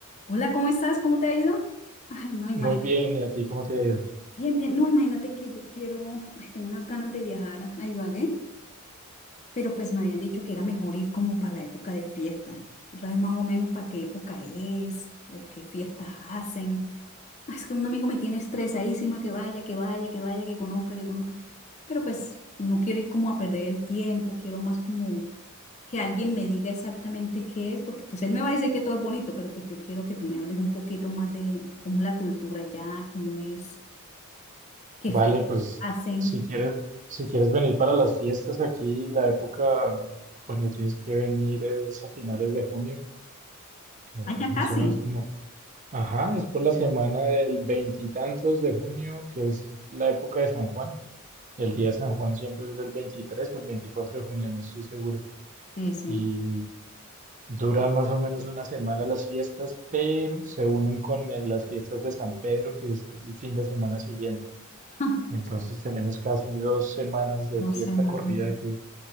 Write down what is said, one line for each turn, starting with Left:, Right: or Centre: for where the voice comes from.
Left: Hola, ¿cómo estás? ¿Cómo te ha ido? Ay, no, imagínate.
Right: Muy bien, ¿y a ti cómo te ha ido?
Left: Bien, bien. No, imagínate que yo quiero, ay, tengo unas ganas de viajar a Ibagué, pero pues me habían dicho que era mejor ir como para la época de fiesta. ¿Tú sabes más o menos para qué época es o qué fiestas hacen? Ay, es que un amigo me tiene estresadísima que vaya, que vaya, que vaya, que conozca, que conozca. Pero pues no quiero ir como a perder el tiempo, quiero más como que alguien me diga exactamente qué es, porque pues él me va a decir que todo es bonito, pero pues yo quiero que tú me hables un poquito más de cómo es la cultura allá, cómo es, qué
Right: Vale,
Left: fiestas
Right: pues
Left: hacen.
Right: si quieres, si quieres venir para las fiestas aquí, la época cuando tienes que venir es a finales de junio, eh,
Left: Allá
Right: más
Left: casi.
Right: o menos como, ajá, es por la semana del veintitantos de junio, que es la época de San Juan. El día de San Juan siempre es del 23 o el 24 de junio, no estoy seguro.
Left: Sí, sí.
Right: Y duran más o menos una semana las fiestas, pero se unen con eh, las fiestas de San Pedro, que es el fin de semana siguiente.
Left: <laughs>
Right: Entonces tenemos casi dos semanas de
Left: No
Right: fiesta
Left: sé, mamá.
Right: corrida
Left: <laughs>
Right: aquí,